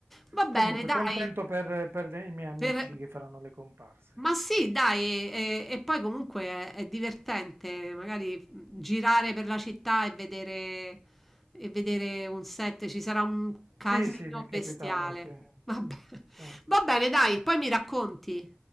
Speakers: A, in the centre; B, on the right (about 60°).
A: Va bene,
B: Comunque,
A: dai.
B: contento per per i miei amici
A: Per
B: che faranno le comparse.
A: ma sì dai, e e poi comunque è è divertente magari, mhmm, girare per la città e vedere e vedere un set, ci sarà un casino
B: Sì, sì, mi è
A: bestiale.
B: capitato, sì.
A: Vabbè.
B: Sì.
A: Va bene dai, poi mi racconti.